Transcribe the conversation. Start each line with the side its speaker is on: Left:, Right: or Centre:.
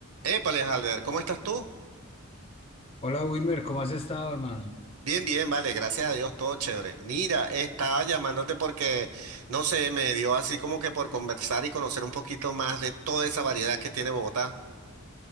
Right: Épale, Halber, ¿cómo estás tú?
Left: Hola Wilmer, ¿cómo has estado, hermano?
Right: Bien, bien, vale, gracias a Dios, todo chévere. Mira, estaba llamándote porque, no sé, me dio así como que por conversar y conocer un poquito más de toda esa variedad que tiene Bogotá.